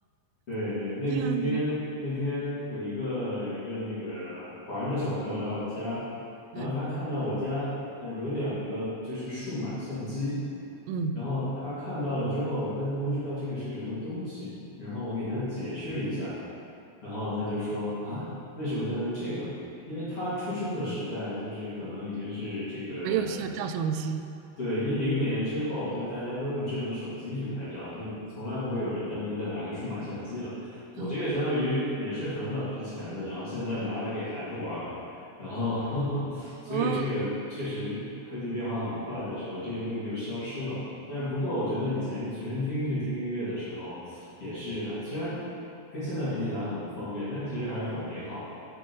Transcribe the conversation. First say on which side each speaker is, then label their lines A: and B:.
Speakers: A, on the left; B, on the right.
A: 对对，
B: <laughs>
A: 那天那天有一个有一个那个华人的小朋友来我家，
B: 这样子。嗯
A: 然后他看到我家呃有两个就是数码相机，
B: 嗯。
A: 然后他看到了之后，他就不知道这个是什么东西，然后我给他解释了一下，然后他就说啊，为什么要用这个？因为他出生的时代就是可能已经是这个，
B: 没有像照相机，
A: 对，一零年之后，就是大家都用智能手机去拍照，就从来不会有人单独再拿个数码相机了。我这个相当于也是很早之前的，
B: 嗯
A: 然后现在拿来给孩子玩儿，然后 <laughs> 所以这个确实科技变化很快的时候，
B: 哦，
A: 这些东西就消失了。但是不过，我觉得以前用随身听去听音乐的时候，也是还虽然跟现在比起来很不方便，但其实还是很美好的。